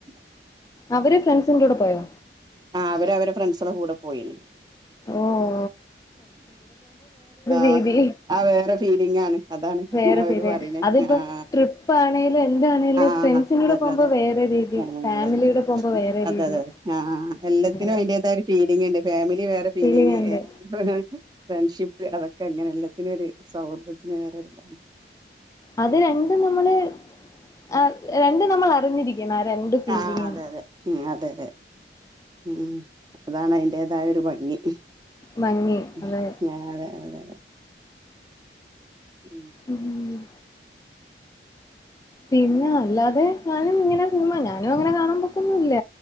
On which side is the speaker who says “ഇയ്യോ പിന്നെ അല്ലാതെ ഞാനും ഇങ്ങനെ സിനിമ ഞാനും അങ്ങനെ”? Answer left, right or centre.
Left